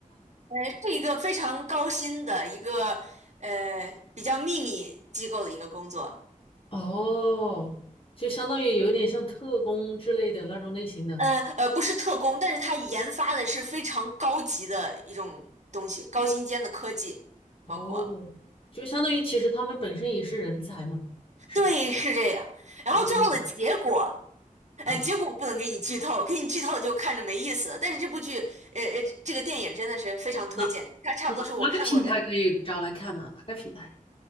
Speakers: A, on the right (about 55°); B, on the left (about 40°).
A: 呃，是一个非常高薪的一个呃比较秘密机构的一个工作，
B: 哦，就相当于有一点像特工之类的那种类型的。
A: 呃呃，不是特工，但是它研发的是非常高级的一种东西，高精尖的科技，
B: 哦，
A: 包括
B: 就相当于其实他们本身也是人才嘛，是吧？
A: 对，是这样。然后最后的结果，
B: 嗯
A: 呃，
B: 啊，
A: 结果我不能给你剧透，给你剧透就看着没意思了但是这部剧，呃呃，这个电影真的是非常推荐，
B: 哪
A: 它差不多是我看过的，
B: 哪哪个平台可以找来看呢、哪个平台？